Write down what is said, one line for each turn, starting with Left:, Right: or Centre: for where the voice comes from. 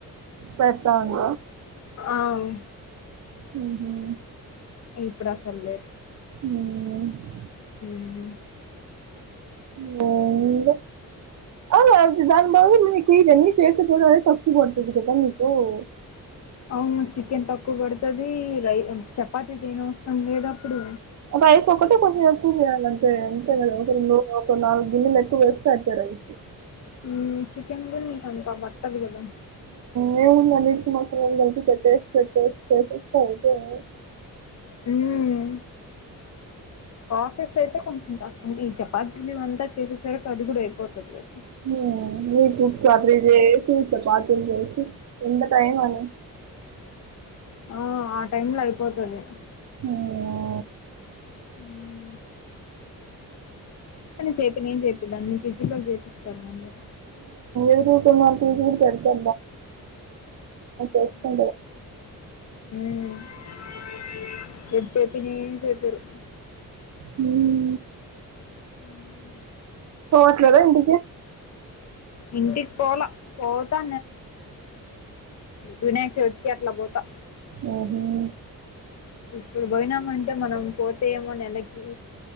Right: పెద్తంద
Left: ఆవ్
Right: హ్మ
Left: ఇప్పుడు అసలు లేదు
Right: హ్మ
Left: హ్మ
Right: <unintelligible> అవు అ దాని బా మీకు ఇద న చేసపో అ సక్తి పతుది కదా మీీకు <inaudible>
Left: అవును చికెన్ తక్కువ పడుతది రై చపాతీ చేయని వసరం లేద అప్పుడు
Right: అప్పు అయిక ఒకటటి కొంచెం ఎక్కువ చే అంతే అంతే ఒక రెండు ఒక నాలుగు గిన్నలు ఎక్కువ వేస్తే ర <inaudible>
Left: హ్మ చికెన్లో నీకు అంత పట్టదు కదా
Right: నేవున్నా నిట్ మక్కతే టస్ ఇ <inaudible>
Left: హ్మ ప్రాసెస్ అయితే కొంచెం కాష్టం ఈ చపాతి మవ అంతా చేసేసార అది కూడా అయిపోతది కదా
Right: హ్మ వీక్ వీక్ కర్రీ చేసి చపాతీ చేసి అంత టైమ్ అనే
Left: ఆ ఆ టైమ్లో అయిపోతుంది
Right: హ్మ
Left: హ్మ కానీ చెే నేను చెప్పిద్దాన్ని నను ఫిజికల్ చేపిస్తారు మన్నీ
Right: ఎదురుూట మా వీ ఎడుా <inaudible>
Left: హ్మ <inaudible>
Right: హ్మ
Left: <inaudible>
Right: పోవట్లేదా ఇంటికి
Left: ఇంటికి పోలా పోతా వినాయక చవితికి అట్లా పోతా
Right: ఉహం
Left: ఇప్పుడు పోయినామ అంటే మనం పోతే ఏమో నెలకి